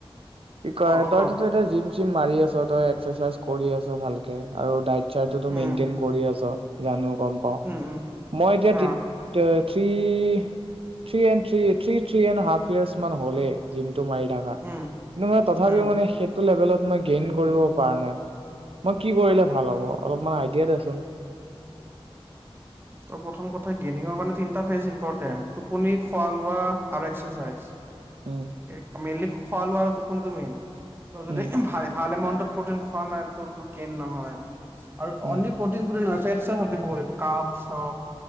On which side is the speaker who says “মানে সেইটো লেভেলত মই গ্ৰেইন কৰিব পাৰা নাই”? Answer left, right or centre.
Right